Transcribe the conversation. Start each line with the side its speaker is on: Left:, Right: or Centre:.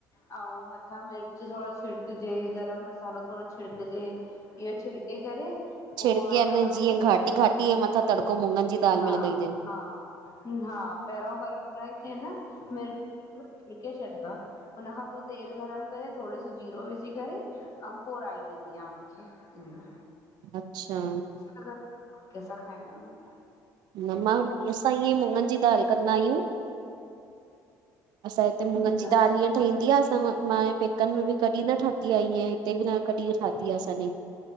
Left: ऐं, मथां मिर्च थोरो छिड़कजे, गरम मसालो थोरो छिड़कजे, इहो छिड़क छिड़के, करे
Right: छिड़के
Left: पोइ, इन
Right: अने जीअं
Left: खे तड़को,
Right: घाटी घाटी जे मथां तड़को मुङनि जी दाल
Left: हा
Right: में लॻाईंदा आहियूं।
Left: हा हा, पहिरियों, पर हुन खे न मिर्च, <unintelligible> छॾिबो आहे। हुन खां पोइ, तेल गरम करे, थोरो सो जीरो विझी, करे ऐं, पोई राई, ॾिबी आहे, हुनखे
Right: अच्छा,
Left: <unintelligible> कहिंसा खाइण में
Right: <unintelligible> असां, इएं मुगन, जी दाल कंदा आहियूं। असां जे हिते, मुगनि
Left: न,
Right: जी दाल, इअं ठहींदी आहे। मां, पेकनि में बि कॾहिं न ठाही, आहे हिते बि न कॾहिं ठाही आहे, असां